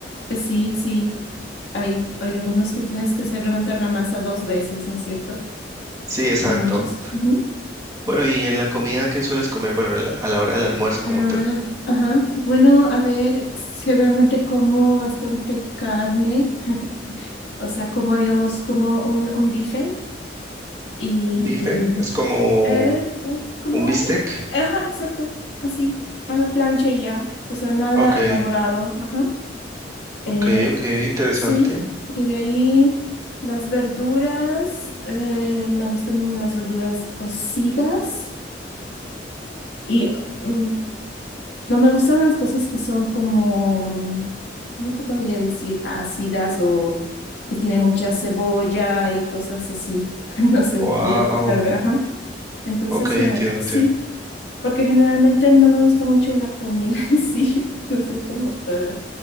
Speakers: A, on the left (about 70°); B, on the right (about 20°).
A: pues Sí, sí. Hay, hay algunos que tienes que hacer levantar la masa dos veces, ¿no es cierto?
B: Sí, exacto.
A: En muchos. Ujú.
B: Bueno, y en la comida que sueles comer, bueno, en la- a la hora del almuerzo
A: En
B: como
A: alguna
B: tal,
A: de- Ajá. Bueno, a ver, generalmente como bastante carne, o sea, como digamos, como un, un bife y
B: bife es como
A: eh, como,
B: ¿Un bistec?
A: ajá, exacto, así, a la plancha y ya, o sea, nada
B: Ok,
A: elaborado, ajá.
B: ok,
A: Eh,
B: ok, interesante.
A: sí, y de ahí las verduras, eh, me gustan las verduras cocidas. Y mm, no me gustan las cosas que son como, mm, ¿cómo te podría decir? Ácidas o que tienen mucha cebolla y cosas así. <laughs> No sé
B: Wow,
A: cómo explicarme. Ajá. Entonces,
B: ok, entiendo,
A: eh,
B: entiendo.
A: sí, porque generalmente no me gusta mucho la comida <laughs> en sí. No sé cómo. eh,